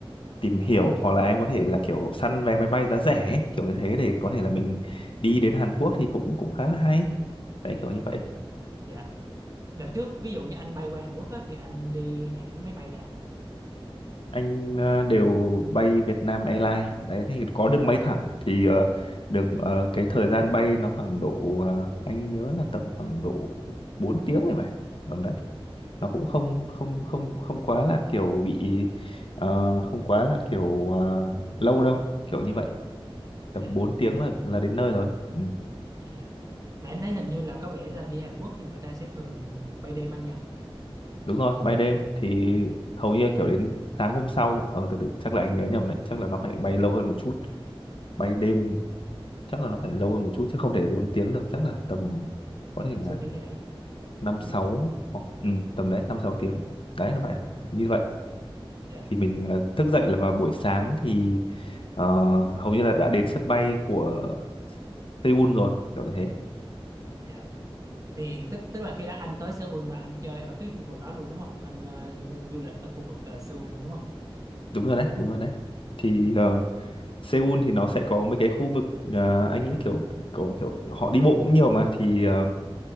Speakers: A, on the left; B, on the right.
A: tìm hiểu hoặc là em có thể là kiểu săn vé máy bay giá rẻ ấy, kiểu như thế để có thể là mình đi đến Hàn Quốc thì cũng cũng khá là hay đấy
B: dạ.
A: kiểu như vậy
B: dạ. Đợt trước ví dụ như anh bay qua Hàn Quốc á, thì anh đi hãng máy bay nào?
A: anh ờ, đều bay Việt Nam Airlines đấy thì có đường bay thẳng thì ờ, đường ờ, cái thời gian bay nó khoảng độ ờ, anh nhớ là tầm khoảng độ 4 tiếng này mà tầm đấy nó cũng không không không không quá là kiểu bị ờ, không quá là kiểu ờ, lâu đâu kiểu như vậy tầm
B: À,
A: 4 tiếng là là đến nơi rồi ừ,
B: À, mà em thấy hình như là có vẻ là đi Hàn Quốc thì người ta sẽ thường bay đêm anh nhỉ,
A: đúng rồi bay đêm thì hầu như kiểu đến sáng hôm sau ờ từ từ chắc là anh nhớ nhầm đấy chắc là nó phải bay lâu hơn một chút bay đêm chắc là nó phải lâu hơn một chút chứ không thể 4 tiếng được chắc là tầm có thể
B: năm
A: là
B: sáu tiếng gì đấy.
A: năm sáu hoặc ừ, tầm đấy năm sáu tiếng đấy nó phải như vậy
B: Dạ,
A: thì mình ờ, thức dậy là vào buổi sáng thì Ờ, hầu như là đã đến sân bay của Seoul rồi kiểu như thế
B: dạ. Thì tức tức là khi đã anh tới Seoul và anh chơi ở cái khu vực đó luôn đúng không? Anh ờ, du lịch ở khu vực ờ, Seoul luôn đúng không?
A: đúng rồi đấy đúng rồi đấy thì ờ, Seoul thì nó sẽ có mấy cái khu vực ờ, anh nghĩ kiểu có kiểu họ đi bộ cũng nhiều mà thì ờ,